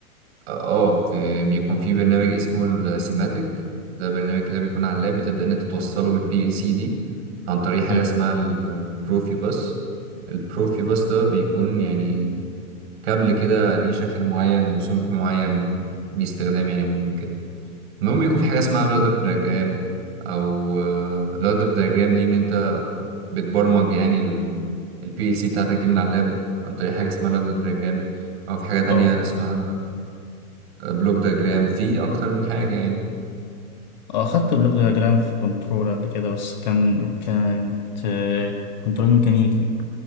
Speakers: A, on the right; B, on the left.
A: اه إيه، بيكون في برنامج اسمه السيماتيك ده برنامج كده بيكون على اللاب بتبدأ ان انت توصله بالبي ال سي دي عن طريق حاجة
B: مم.
A: اسمها البروفي باس البروفي باس ده بيكون يعني كابل كده ليه شكل معين وسمك معين ليه استخدام يعني معين كده المهم بيكون في حاجة اسمها لادر دياجرام او لادر دياجرام دي ان انت بتبرمج يعني البي ال سي بتاعتك دي من على اللاب عن طريق حاجة اسمها لادر دياجرام او في حاجة تانية
B: اه
A: اسمها بلوك دياجرام في اكتر من حاجه يعني
B: آه، خدت بلغة جرام في كنترول قبل كده بس كان كانت آه، كنترول ميكانيكي